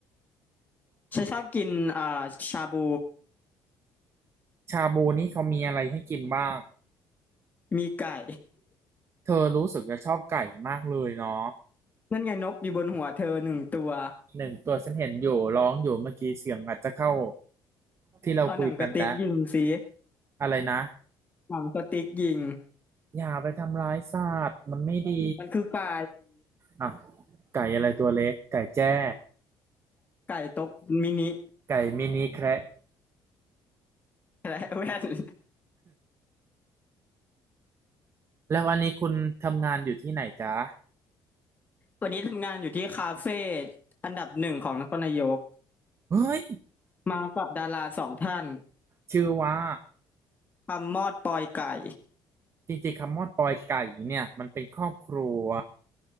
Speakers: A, on the left; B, on the right.
A: <laughs> ฉันชอบกินอ่าชาบู
B: ชาบูนี่เขามีอะไรให้กินบ้าง
A: มีไก่
B: เธอรู้สึกจะชอบไก่มากเลยเนาะ
A: <laughs> นั่นไงนกอยู่บนหัวเธอหนึ่งตัว
B: หนึ่งตัวฉันเห็นอยู่ร้องอยู่เมื่อกี้เสียงอาจจะเข้าที่เราคุยกันนะ
A: เอาหนังกระติกยิงสิ
B: อะไรนะ
A: หนังกระติกยิง
B: อย่าไปทำร้ายสัตว์มันไม่ดี
A: มันคือไก่
B: อ่ะไก่อะไรตัวเล็กไก่แจ้
A: ไก่ตกมินิ
B: ไก่มินิแคระ
A: และแว่น <laughs>
B: แล้ววันนี้คุณทำงานอยู่ที่ไหนจ๊ะ
A: วันนี้ทำงานอยู่ที่คาเฟ่อันดับหนึ่งของนครนายก
B: เฮ้ย
A: มากับดาราสองท่าน
B: ชื่อว่า
A: คำมอดปอยไก่
B: จริงๆคำว่าปอยไก่เนี่ยมันเป็นครอบครัว